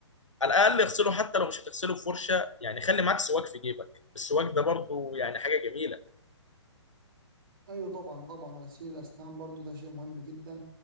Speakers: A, on the left; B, on the right.
A: على الأقل اغسله حتى لو مش هتغسله بفرشة يعني خلي معاك سواك في جيبك السواك ده برضو يعني حاجة جميلة
B: ايوه طبعا طبعا غسيل الاسنان برضو ده شيء مهم جدا